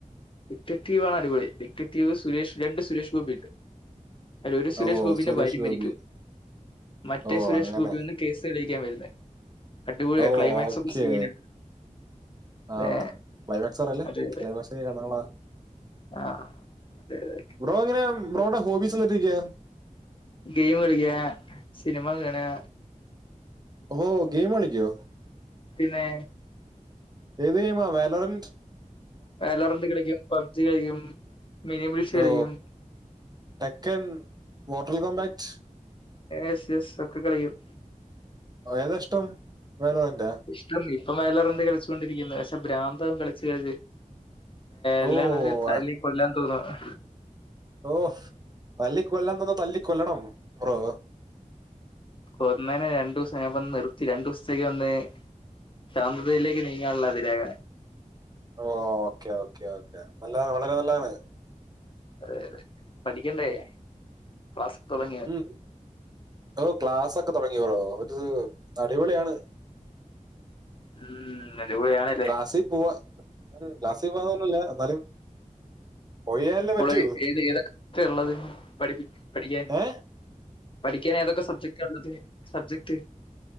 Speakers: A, on the left; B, on the right.
A: ഡിക്ടറ്റീവ് ആണ് അടിപ്പൊളി ഡിക്ടറ്റീവ് സുരേഷ്, രണ്ട് സുരേഷ് ഗോപിയുണ്ട്. അതി ഒരു സുരേഷ്
B: ഓ
A: ഗോപിന്റെ
B: സുരേഷ്
A: ഭാര്യ മരിക്കും
B: ഗോപി
A: മറ്റേ
B: ഓ
A: സുരേഷ്
B: അങ്ങനെ
A: ഗോപി വന്ന് കേസ് തെളിയിക്കാൻ വരുന്നെ അടിപൊളിയാ
B: ഓ
A: ക്ലൈമാക്സ്
B: ഓക്കേ
A: ഒക്കെ സീനാ. അതെ
B: ആണോ ക്ലൈമാക്സ് പറയല്ലേ
A: അതെ അതെ
B: ക്ലൈമാക്സ് നള
A: ആഹ് അതെ അതെ
B: ബ്രോ എങ്ങനെ ബ്രോയുടെ ഹോബീസ് എന്തുട്ടൊക്കെയ
A: ഗെയിം കളിക്ക സിനിമ കാണുവ
B: ഓഹ് ഗെയിമ് കളിക്കോ
A: പിന്നെ
B: ഏത് ഗെയിമാ വയലറൻസ്
A: വാലോറണ്ട് കളിക്കും പബ്ജി കളിക്കും മിനി മിൽസ് കളിക്കും
B: ഓ ടെക്കൻ മോർട്ടൽ കോമ്പാക്ട്
A: എസ് യെസ് ഒക്കെ കളിക്കും
B: ഏതാഷ്ട്ടം വാലോറണ്ടാ
A: ഇഷ്ടം ഇപ്പം വാലോറണ്ട് കളിച്ചോണ്ടിരിക്കുന്നെ പക്ഷെ ഭ്രാന്താവും കളിച്ച് കഴിഞ്ഞ് എല്ലാണത്തിനെ
B: ഓ
A: തല്ലി
B: ആ,
A: കൊല്ലാൻ തോന്നുവ
B: ഓഹ് തല്ലി കൊല്ലാൻ തോന്നിയാ തല്ലിക്കൊല്ലണം ബ്രോ
A: കൊന്നേനേ രണ്ടു ദിവസം ഞ ഇപ്പ നിർത്തി രണ്ടു ദിവസത്തേക്ക് ഒന്നേ ശാന്തതയിലേക്ക് നീങ്ങാനുള്ള അതിരാഗ
B: ഓ ഓക്കെ ഓക്കേ ഓക്കേ അപ്പല്ല വളരെ നല്ലതാണ്
A: അതെ അതെ പഠിക്കണ്ടേ ക്ലാസ്സക്കെ തുടങ്ങിയ
B: ഉം. ഓ ക്ലാസ് ഒക്കെ തുടങ്ങി ബ്രോ ഒരു അടിപൊളിയാണ്
A: ഉം അടിപൊളിയാണ്
B: ക്ലാസ്സിൽ പോവാ ക്ലാസ്സിൽ പോവന്നുല്ല എന്നാലും. പോയാലേ പറ്റൂ
A: കോളേജിൽ ഏത് ഏത് ഒക്ക ഉള്ളത് പഠിപ്പി പഠിക്കാൻ
B: ഏ
A: പഠിക്കാൻ ഏതൊക്കെ സബ്ജക്ടാണുള്ളത് സബ്ജക്ട്